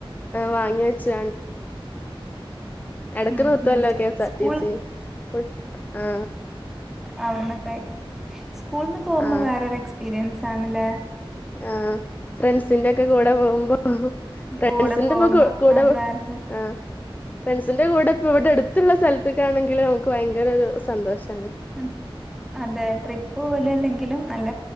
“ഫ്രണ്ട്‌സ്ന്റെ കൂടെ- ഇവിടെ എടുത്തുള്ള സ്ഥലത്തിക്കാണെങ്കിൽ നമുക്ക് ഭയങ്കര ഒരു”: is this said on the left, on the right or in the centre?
Left